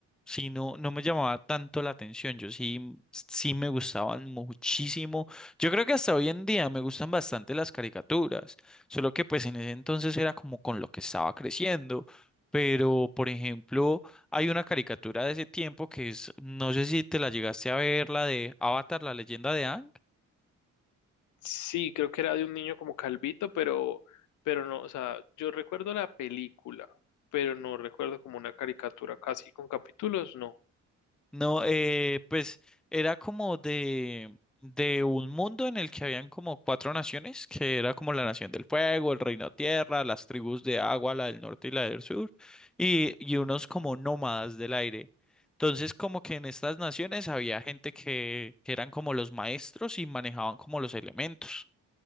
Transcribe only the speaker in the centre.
sí no, no me llamaba tanto la atención. Yo sí, sí me gustaban muchísimo. Yo creo que hasta hoy en día me gustan bastante las caricaturas. Solo que pues en ese entonces era como con lo que estaba creciendo. Pero, por ejemplo... Hay una caricatura de ese tiempo que es, no sé si te la llegaste a ver, la de Avatar, la leyenda de Aang.
No, eh, pues era como de, de un mundo en el que habían como cuatro naciones, que era como la nación del fuego, el reino tierra, las tribus de agua, la del norte y la del sur, y, y unos como nómadas del aire. Entonces, como que en estas naciones había gente que, que eran como los maestros y manejaban como los elementos.